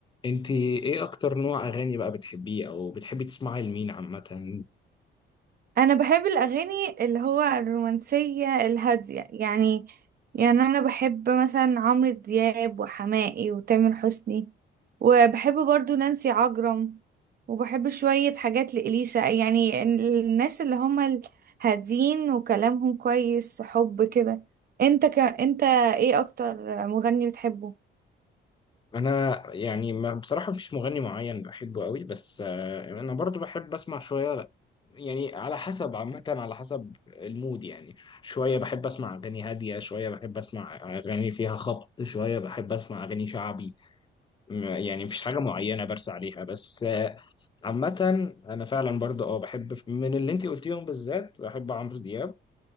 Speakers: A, on the left (about 25°); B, on the right (about 50°).
A: انت ايه اكتر نوع اغاني بقى بتحبيه او بتحبي تسمعي لمين عامه
B: انا بحب الاغاني اللي هو الرومانسيه الهاديه يعني يعني انا بحب مثلا عمرو دياب وحماقي وتامر حسني وبحب برضو نانسي عجرم وبحب شويه حاجات لإليسا يعني الناس اللي هم الهادين وكلامهم كويس حب كده انت ك... انت ايه اكتر مغني بتحبه
A: انا يعني ما بصراحه مفيش مغني معين بحبه قوي بس آه، انا برضو بحب اسمع شويه يعني على حسب عامه على حسب المود يعني شويه بحب اسمع اغاني هاديه شويه بحب اسمع اغاني فيها خبط شويه بحب اسمع اغاني شعبي م- يعني مفيش حاجه معينه برسى عليها بس آه، عامه انا فعلا برضو اه بحب من اللي انت قلتيهم بالذات بحب عمرو دياب